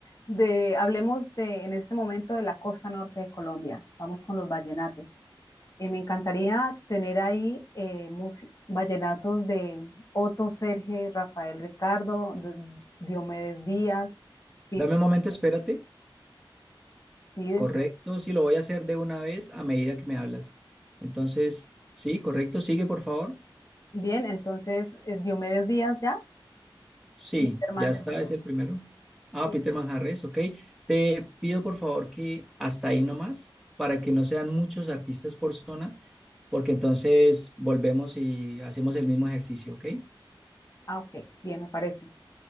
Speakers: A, on the left; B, in the centre.
A: de, hablemos de, en este momento de la costa norte de Colombia. Vamos con los vallenatos. Eh, me encantaría tener ahí eh, músi- vallenatos de Otto Serge, Rafael Ricardo, D- Diomedes Díaz, Peter
B: Dame un momento, espérate.
A: Cid.
B: Correcto, sí, lo voy a hacer de una vez a medida que me hablas. Entonces, sí, correcto, sigue, por favor.
A: Bien, entonces, eh, Diomedes Díaz ya,
B: Sí,
A: Peter Manhattan.
B: ya está, es el primero. Ah,
A: Peter-
B: Peter Manjarres, ok. Te pido por favor que hasta ahí nomás, para que no sean muchos artistas por zona, porque entonces volvemos y hacemos el mismo ejercicio, ok.
A: Ah, ok, bien, me parece.